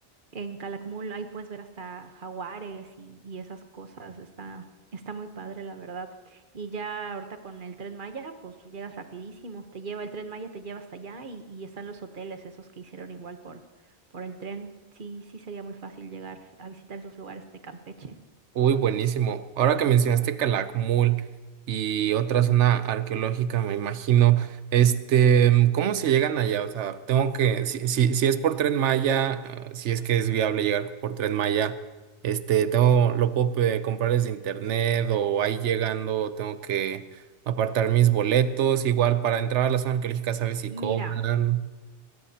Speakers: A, on the right; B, on the right.
A: En Calakmul ahí puedes ver hasta jaguares y, y esas cosas. Está, está muy padre, la verdad. Y ya ahorita con el Tren Maya, pues llegas rapidísimo. Te lleva, el Tren Maya te lleva hasta allá y, y están los hoteles, esos que hicieron igual por, por el tren. Sí, sí sería muy fácil llegar a visitar esos lugares de Campeche.
B: Uy, buenísimo. Ahora que mencionaste Calakmul y otra zona arqueológica, me imagino, este, ¿cómo se llegan allá? O sea, tengo que, si, si, si es por Tren Maya, ah, si es que es viable llegar por Tren Maya, este, tengo, lo puedo pe- comprar desde internet o ahí llegando tengo que apartar mis boletos, igual para entrar a la zona arqueológica, ¿sabes si
A: Mira.
B: cobran?